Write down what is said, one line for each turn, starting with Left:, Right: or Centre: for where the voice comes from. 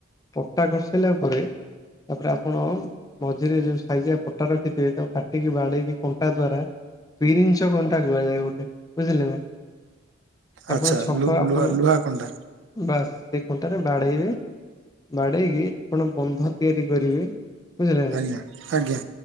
Left: ପରଟା କରିସାରିଲା ପରେ ତାପରେ ଆପଣ ମଝିରେ ଯୋଉ ସାଇଜିଆ ପୋଟା ରଖିଥିବେ ତାକୁ କାଟିକି, ବାଡେଇିକି କଣ୍ଟା ଦ୍ଵାରା ପିରିଞ୍ଚ କଣ୍ଟା କୁଆଯାଏ ଗୋଟେ ବୁଝିଲେ ନା। ଆପଣ
Right: ଆଚ୍ଛା
Left: ଛକ
Right: ଲୁ
Left: ଆପଣ
Right: ଲୁହା ଲୁହା କଣ୍ଟା
Left: ବାସ ସେ କଣ୍ଟାରେ ବାଡେଇବେ। ବାଡେଇକି ଆପଣ ବନ୍ଧ ତିଆରି କରିବେ ବୁଝିଲେନା?
Right: ଆଜ୍ଞା ଆଜ୍ଞା।